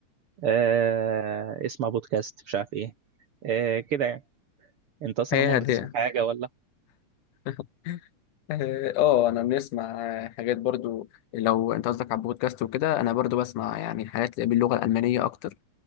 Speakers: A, on the right; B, on the left.
A: أه اسمع بودكاست مش عارف إيه أه كده يعني أنت أصلا
B: هي
A: عموما
B: هديه
A: بتسمع حاجة ولا
B: <laughs> اه آه، انا بنسمع آه، حاجات برضو لو انت قصدك على البودكاست وكده انا برضو بسمع يعني حاجات باللغه الالمانيه اكتر